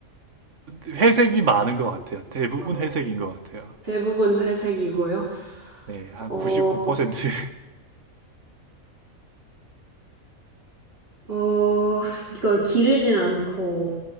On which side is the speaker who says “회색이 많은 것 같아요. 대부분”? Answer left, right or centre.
Right